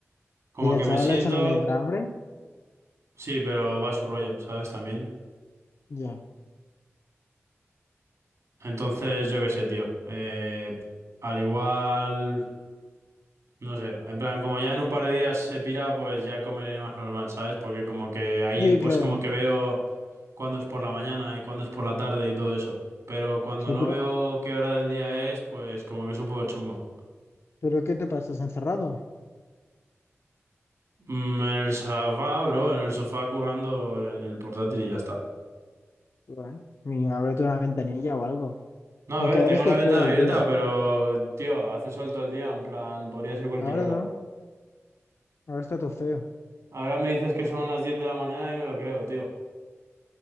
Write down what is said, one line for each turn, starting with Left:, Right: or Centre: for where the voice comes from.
Right: Como
Left: y la
Right: que
Left: ¿a
Right: me siento...
Left: eso no le entra hambre?
Right: Sí, pero va a su rollo, ¿sabes? También.
Left: Ya.
Right: Entonces, yo qué sé, tío. Eh, al igual, no sé. En plan, como ya en un par de días se pira, pues ya comeré más normal, ¿sabes? Porque como que ahí,
Left: Sí,
Right: pues
Left: claro.
Right: como que veo cuándo es por la mañana y cuándo es por la tarde y todo eso. Pero cuando
Left: Sí,
Right: no
Left: pero,
Right: veo qué hora del día es, pues como que es un poco chungo.
Left: pero ¿qué te pasas encerrado?
Right: Mm, en el sofá, bro, en el sofá currando en el portátil y ya está.
Left: Bueno, ni ábrete una ventanilla o algo.
Right: No, a
Left: Aunque
Right: ver,
Left: ahora
Right: tengo
Left: esté
Right: la ventana
Left: feo
Right: abierta,
Left: el día.
Right: pero, tío, hace sol todo el día, en plan, podría ser cualquier
Left: Ahora
Right: hora.
Left: no, ahora está todo feo.
Right: Ahora me dices que son las 10 de la mañana y me lo creo, tío.